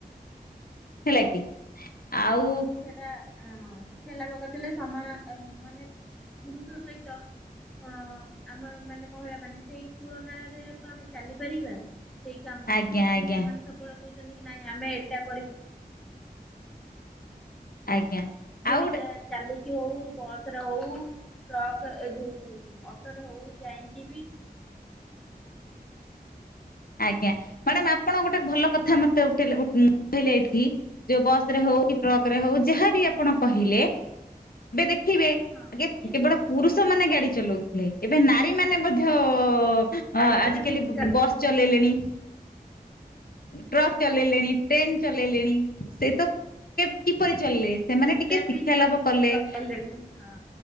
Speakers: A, on the left; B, in the centre.
A: ହେଲା କି ଆଉ।
B: ସେଟା ହଁ ଶିକ୍ଷା ଲାଭ କରିଥିଲେ ସମା ମାନେ ପୁରୁଷ ସହିତ। ଅଁ ଆମ ମାନେ ମହିଳା ମାନେ ସେଇ ତୁଳନାରେ ତ ଆମେ ଚାଲିପାରିବା। ସେଇ କାମ
A: ଆଜ୍ଞା
B: କାଇଁ
A: ଆଜ୍ଞା
B: ପୁରୁଷ ମାନେ ସବୁବେଳେ କହୁଛନ୍ତି କି ନାଇଁ ଆମେ ଏଇଟା କରି
A: ଆଜ୍ଞା।
B: ସିଏ
A: ଆଉ ଗୋଟେ
B: ବି ତା ଚାଲିକି ହଉ ବସରେ ହଉ। ଟ୍ରକ୍ ଏ ଯୋଉ ଅଟୋରେ ହଉ ଯାଇଁକି ବି।
A: ଆଜ୍ଞା ମ୍ୟାଡାମ ଆପଣ ଗୋଟେ ଭଲ କଥା ମତେ ଉଠେଇଲେ ଉଠ୍ ଉଁ ଉଠେଇଲେ ଏଠି ଯୋଉ ବସ ରେ ହଉ କି ଟ୍ରକ ରେ ହଉ ଯାହାବି ଆପଣ କହିଲେ। ଏବେ ଦେଖିବେ
B: ହଁ
A: ଆଗେ
B: ଯେମିତି
A: କେବଳ
B: ବି
A: ପୁରୁଷ ମାନେ ଗାଡି ଚଲାଉଥିଲେ। ଏବେ ନାରୀ ମାନେ ମଧ୍ୟ ଅ
B: ନାରୀ ମାନେ
A: ଆଜିକାଲି
B: ବି ହଁ
A: ବସ୍ ଚଲେଇଲେଣି। ଟ୍ରକ୍ ଚଲେଇଲେଣି ଟ୍ରେନ ଚଲେଇଲେଣି ସେଇ ତ କେ କିପରି ଚାଲିଲେ ସେମାନେ
B: ଏରୋପ୍ଲେନ
A: ଟିକେ ଶିକ୍ଷା
B: ବି
A: ଲାଭ କଲେ।
B: ଚଲେଇଲେଣି ହଁ